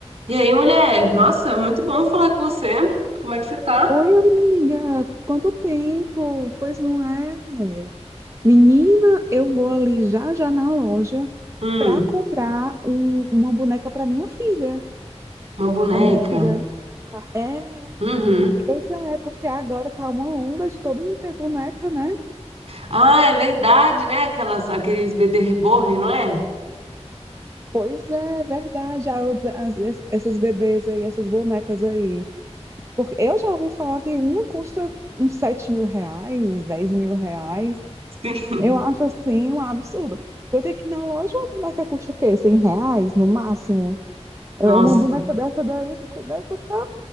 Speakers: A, on the right (about 60°); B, on the right (about 25°).
A: E aí, mulher? Nossa, muito bom falar com você. Como é que você tá?
B: Oi, amiga, quanto tempo? Pois não é? Menina, eu vou ali já já na loja
A: Hum,
B: para comprar um- uma boneca para minha filha.
A: uma boneca.
B: A minha filha é,
A: Uhum.
B: pois é, porque agora tá uma onda de todo mundo ter boneca, né?
A: Ah, é verdade, né? Aquelas, aqueles bebê reborn, não é?
B: Pois é, é verdade. Ah, os- as- es- essas bebês aí, essas bonecas aí. Porque eu já ouvi falar que uma custa uns sete mil reais, dez mil reais.
A: Sim.
B: Eu acho assim um absurdo. Eu tenho que ir na loja uma boneca custa o quê? 100 reais no máximo? É,
A: Nossa.
B: é Uma boneca dessa daí cu- deve custar,